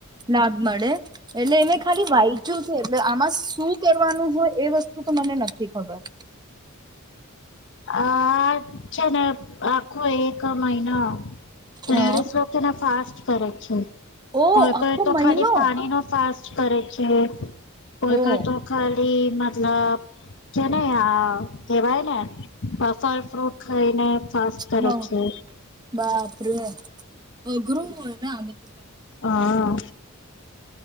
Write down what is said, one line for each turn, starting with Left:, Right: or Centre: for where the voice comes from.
Right: લાભ મળે એટલે એને ખાલી વાંચ્યું છે એટલે આમાં શ કરવાનું હોય એ વસ્તુ તો મને નથી ખબર
Left: આ છેા આખું એક મહિના
Right: હા
Left: લેડીઝ વતે ફાસ કર છેો
Right: ઓ
Left: કોઈકઈ
Right: આખો
Left: તો
Right: મહિનો
Left: ખાલી પાણી નો ફસ કર છે હ ત
Right: ઓ
Left: ખર તું ખ મતલબ કેને કેવાય ને ફલ ફ્રૂટ ખાઈને ફાસ્ટ કરે
Right: હા
Left: છે
Right: બાપરે અઘ્રરું ના બધું પણ
Left: હા